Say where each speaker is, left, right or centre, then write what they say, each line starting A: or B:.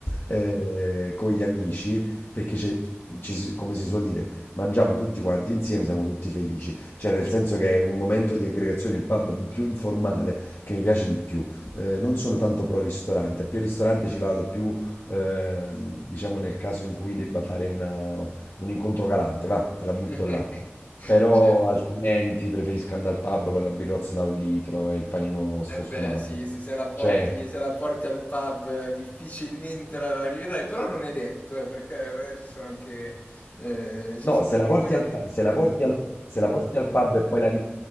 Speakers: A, on the left; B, on the left.
A: eh, con gli amici, perché c'è- ci si- come si suol dire, mangiamo tutti quanti insieme, siamo tutti felici. Cioè, nel senso che è un momento di aggregazione, il pub più informale che mi piace di più. Eh, non sono tanto pro ristorante, più ristorante ci vado più, ehm, diciamo, nel caso in cui debba fare una- un incontro galante, va, te la
B: <laughs>
A: butto là. Però
B: Certo.
A: altrimenti preferisco andare al pub con la birrozza da un litro e il panino scostumato.
B: Eh beh, sì, se, se la porti,
A: Cioè,
B: se la porti al pub eh, difficilmente la, la rivedrai, però non è detto, eh, perché eh, ci sono anche, eh, ci
A: no,
B: sono
A: se
B: anche
A: la porti
B: quelle
A: al,
B: che...
A: pa- se la porti al, se la porti al pub e poi la ri-